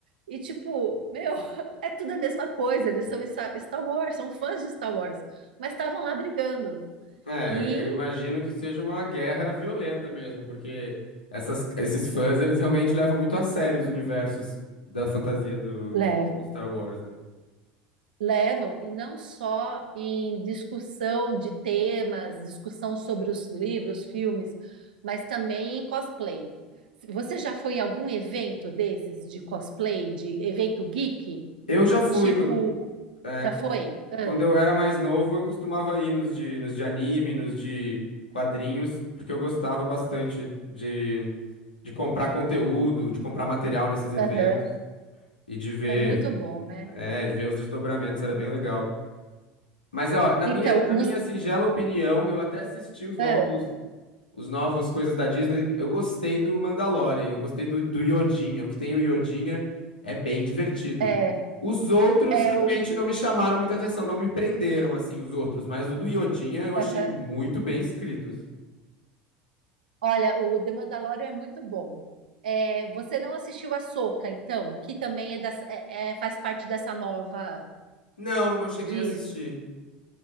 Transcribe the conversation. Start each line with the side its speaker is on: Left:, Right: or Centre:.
Right: E tipo, meu, <laughs> é tudo a mesma coisa, eles são Star Star Wars, são fãs de Star Wars, mas estavam lá brigando.
Left: É,
Right: E
Left: eu imagino que seja uma guerra violenta mesmo, porque essas, esses fãs, eles realmente levam muito a sério os universos da fantasia do,
Right: Levo.
Left: do Star Wars, né?
Right: levam, e não só em discussão de temas, discussão sobre os livros, filmes, mas também em cosplay. Você já foi em algum evento desses de cosplay, de evento geek?
Left: Eu já fui,
Right: Tipo,
Left: quando, é,
Right: já foi? Ah,
Left: quando eu era mais novo, eu costumava ir nos de, nos de anime, nos de quadrinhos, porque eu gostava bastante de, de comprar conteúdo, de comprar material nesses eventos
Right: aham.
Left: e de ver,
Right: É muito bom, né?
Left: é, de ver os desdobramentos, era bem legal. Mas, ó, na
Right: Então,
Left: minha, na
Right: nos,
Left: minha singela opinião, eu até assisti os novos
Right: ah,
Left: Os novos coisas da Disney, eu gostei do Mandalorian, eu gostei do, do Yodinha. O que tem o Yodinha é é bem divertido.
Right: é,
Left: Os outros
Right: é
Left: realmente
Right: o.
Left: não me chamaram muita atenção, não me prenderam, assim, os outros. Mas o do Yodinha eu achei
Right: aham.
Left: muito bem escrito, assim.
Right: Olha, o The Mandalorian é muito bom. É, você não assistiu a Ahsoka, então, que também é, dessa- é- é- faz parte dessa nova
Left: Não, não cheguei
Right: Disney.
Left: a assistir.